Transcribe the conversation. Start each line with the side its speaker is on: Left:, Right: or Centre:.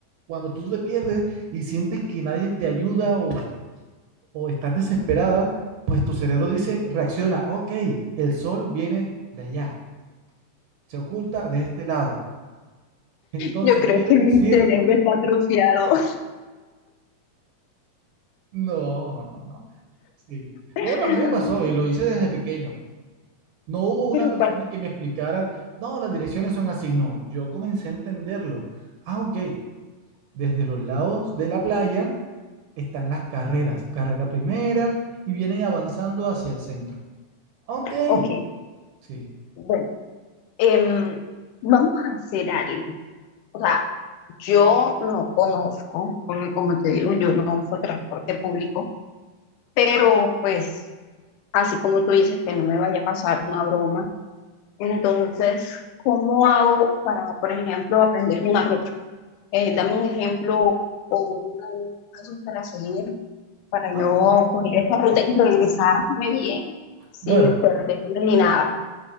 Right: Cuando tú te pierdes y sientes que nadie te ayuda o, o estás desesperada, pues tu cerebro dice, reacciona, ok, el sol viene de allá, se oculta de este lado. Entonces
Left: Yo creo
Right: quiere
Left: que mi
Right: decir
Left: cerebro está atrofiado.
Right: No, no, no, no. Sí.
Left: <laughs>
Right: Bueno, a mí me pasó y lo hice desde pequeño. No hubo una
Left: Pero
Right: persona
Left: bueno,
Right: que me explicara, no, las direcciones son así. No, yo comencé a entenderlo. Ah, ok. Desde los lados de la playa están las carreras, carrera primera, y vienen avanzando hacia el centro. Ok,
Left: ok,
Right: sí.
Left: bueno, em, vamos a hacer algo. O sea, yo no conozco, porque como te digo, yo no uso transporte público, pero pues así como tú dices que no me vaya a pasar una broma, entonces, ¿cómo hago para, por ejemplo, aprender una ruta? Eh, dame un ejemplo o un paso para seguir para yo
Right: Ah, ok.
Left: coger esa ruta y regresarme bien sin
Right: Bueno,
Left: perderme ni nada.